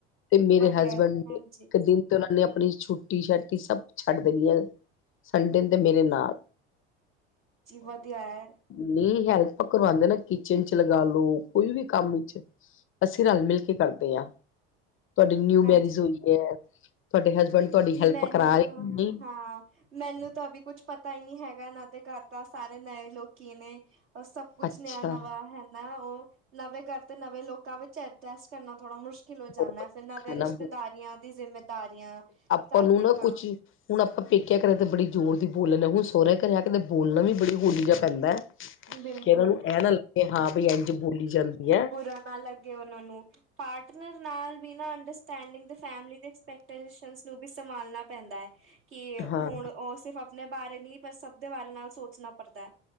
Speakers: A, on the left; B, on the right.
A: ਤੇ ਮੇਰੇ
B: ਵਧੀਆ
A: ਹਸਬੈਂਡ।
B: ਹੈ
A: ਨੇ
B: ਹਾਂਜੀ
A: ਇੱਕ ਦਿਨ ਤੇ ਉਹਨਾਂ ਨੇ ਆਪਣੀ ਛੁੱਟੀ ਛਾਟੀ ਸਭ ਛੱਡ ਦੇਣੀ ਹੈ। ਸੰਡੇ ਦੇ ਮੇਰੇ ਨਾਲ।
B: ਜੀ ਵਧਿਆ ਹੈ।
A: ਮੇਰੀ ਹੈਲਪ ਕਰਵਾਉਂਦੇ ਨਾ ਕਿਚਨ ਚ ਲਗਾਾਲੋ ਕੋਈ ਵੀ ਕੰਮ ਵਿਚ। ਅਸੀਂ ਰਲ ਮਿਲ ਕੇ ਕਰਦੇ ਹਾਂ ਤੁਹਾਡੀ ਨਿਊ
B: ਹਾਂਜੀ
A: ਮੈਰਿਜ ਹੋਈ ਹੈ ਤੁਹਾਡੇ ਹਸਬੈਂਡ। ਤੁਹਾਡੀ ਹੈਲਪ
B: ਮੈਨੂੰ
A: ਕਰਾ ਰਹੇ
B: ਤਾਂ
A: ਨਹੀਂ
B: ਹਾਂ। ਮੈਨੂੰ ਤਾਂ ਅਭੀ ਕੁਛ ਪਤਾ ਹੀ ਨਹੀਂੀ ਹੈਗਾ। ਇਹਨਾਂ ਦੇ ਘਰ ਦਾ ਸਾਰੇ ਨਵੇ ਲੋਕੀ ਨੇ। ਸਭ ਕੁਛ
A: ਅੱਛਾ
B: ਨਿਆਂ ਨਵਾਂ ਹੈ ਨਾ ਉਹ। ਨਵੇਂ ਘਰ ਤੇ ਨਵੇਂਲੋਕਾਂ ਵਿੱਚ ਐਡਜਸਟ ਕਰਨਾ ਥੋੜਾ ਮੁਸ਼ਕ ਖਲੋ ਜਾਂਦਾ
A: ਬਹੁਤ ਔਖਾ
B: ਫਿਰ ਨਵੇਂ
A: ਹੈ
B: ਰਿਸ਼ਤੇਦਾਰੀਆਂ
A: ਨਾ
B: ਦੀ ਜਿੰਮੇਦਾਰੀਆਂ।
A: ਉਹਨੂੰ
B: ਘਰ ਤੇ
A: ਨਾ
B: ਕੰਮ
A: ਕੁਛ ਹੁਣ ਆਪਾਂ ਪੇਕਿਆ ਘਰੇ ਤੇ ਬੜੀ ਜ਼ੋਰ ਦੀ ਬੋਲਣਾ ਹੁਣ ਸੋਹੁਰਿਆਂ ਘਰ ਆ ਕਰਦੇ ਬੋਲਣਾ ਵੀ ਬੜੀ ਬੋਲੀ ਪੈਂਦਾ
B: ਬਿਲਕੁਲ
A: ਕਿ ਇਹਨਾਂ ਨੂੰ ਇਹ ਨਾ ਲੱਗੇ ਹਾਂ ਬ ਇੰਝ ਬੋਲੀ ਜਾਂਦੀ। ਹੈ
B: ਬੁਰਾ ਨਾ ਲੱਗੇ ਉਹਨਾਂ ਨੂੰ ਪਾਰਟਨਰ ਨਾਲ ਅੰਡਸਟਡਿੰਗ ਫੈਮਲੀ ਦੇ ਐਕਸਪੈਕਟੇਸ਼ਨਸ ਨੂੰ ਵੀ ਸੰਭਾਲਣਾ ਪੈਂਦਾ ਹੈ। ਕਿ
A: ਹਾਂ
B: ਹੁਣ ਉਹ ਸਿਰਫ ਆਪਣੇ ਬਾਰੇ ਨਹੀਂੀ ਪਰ ਸਭ ਦੇ ਬਾਰੇ ਨਾਲ ਸੋਚਣਾ ਪੜਦਾ ਹੈ।